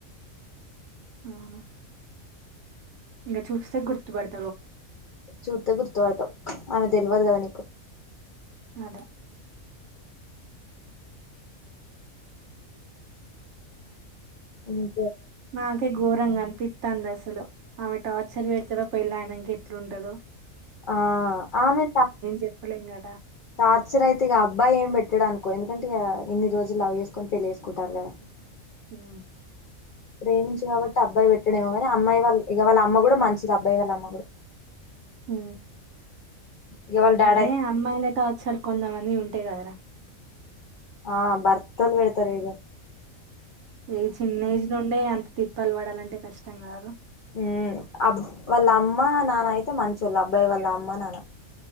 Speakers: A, on the right (about 65°); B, on the left (about 60°).
A: అవున ఇం చూసా గుర్తుపడ్
B: చు గుర్తు పడ్తావ్ అమె తెల్వదు కదండీ
A: అదే
B: మ్
A: మాకే గోరంగన్ పిత్తా దశలో ఆమె టార్చర్ బెడతార పెళ్ళి ఆయనక ఎట్లుండదో
B: ఆ ఆమె త
A: చెప్పలేం కదా
B: టార్చర్ అయితే ఇక అబ్బాయి ఏం పెట్టడ అనుకో, ఎందుకంటే ఇక ఇన్ని రోజులు లవ్ చేసుకొని పెళ్ళి చేేసుకుంటారు కదా
A: మ్
B: ప్రేమించు కాబట్టి అబ్బాయి పెట్టడేమో కానీ, అమ్మాయి వాళ్ళ ఇక వాళ్ళ అమ్మ కూడా మంచిది అబ్బాయి వాళ్ళ అమ్మ కూడా
A: మ్
B: ఇక వాళ్ళ డాడీ
A: అదే అమ్మాయిల టార్చెర్ కొందమంది ఉం అట్టే గార
B: ఆ బర్ తల వెడతార ఇగ
A: ఏ చిన్న ఏజ్ నుండే అంత తిప్ ప్పలు పడాలంటే కష్టం కాదు
B: ఉ అబ్ వాళ్ళ అమ్మ నాన్న అయితే మంచిళ్ళు అబ్బాయి వాళ్ళ అమ్మ నాన్న